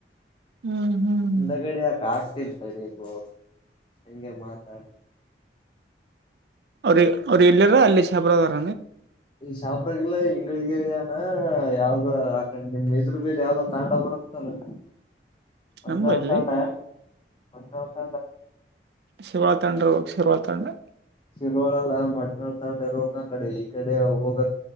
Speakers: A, on the right; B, on the left.
A: ಹ್ಮ್ ಹ್ಮ್
B: ಹಿಂದಗಡಿ ಯಾಕ ಆಗ್ತಿ ತಡಿ ನೋ ಹಗೆ ಮಾತಾಡ
A: ಅವ್ರ ಅವ್ರಿಗ ಎಲ್ಲರ, ಅಲ್ಲಿ ಶಬ್ರದಾರ.
B: ಈ ಶಾಪ್ರಾಗಲ್ಲ ಇಂಗಗಳಗಗಾನ ಯಾವ್ದ ಆಕಂಡ ನಿಮ್ ಇದ್ರ ಬೇಲೆ ಯಾವ್ದೋ ತಾಂಡ ಬರುತ್ತಲ್ಲ ಮಜ
A: ನಂಬಲ್ಲಿ
B: ತಾಂಡ ಒಡ್ ನೋಕ
A: ಶಿವ ತಂಡ್ರ ಹೋಗ ಶಿರ್ರುವ ತಂಡ್ರ
B: ಶಿರ್ವಾಳಲ್ಲ ಮಟ್ನಾ ತಂಡ ಇ ಹೋಗ ಕಡೆ ಈ ಕಡೆ ಹೋಗ